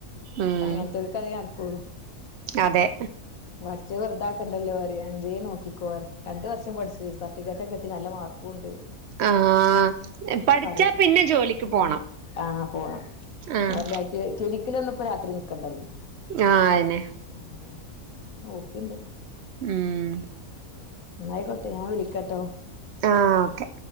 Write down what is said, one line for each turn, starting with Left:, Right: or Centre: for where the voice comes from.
Right: ഉം
Left: പ്പ അങ്ങൻത്തോര്ക്ക് അതെ നടക്കൊള്ളു.
Right: അതെ
Left: പഠിച്ചത് വെറുതാക്കണ്ടല്ലോറയു എന്തേ നോക്കിക്കോറയു രണ്ട് വർഷം പഠിച്ച് സർ ട്ടികറ്റൊക്കെ കിട്ടി നല്ല മാർകൂണ്ട്.
Right: ആഹ്
Left: ങ്ങപറീം
Right: പഠിച്ചാ പിന്നെ ജോലിക്ക്
Left: ആഹ്
Right: പോണം
Left: ആപോണം
Right: ആഹ്
Left: <unintelligible> ക്ലിനിക്കിലൊന്നും ഇപ്പൊ രാത്രി നിക്കണ്ടല്ലോ.
Right: ഞാഹ് അയന്നെ.
Left: ആഹ് അതന്നെ നോക്ക്ണ്ട്.
Right: ഉം.
Left: ന്നായിക്കോട്ടെ ഞാവിളിക്കട്ടോ.
Right: ആഹ് ഓക്കെ.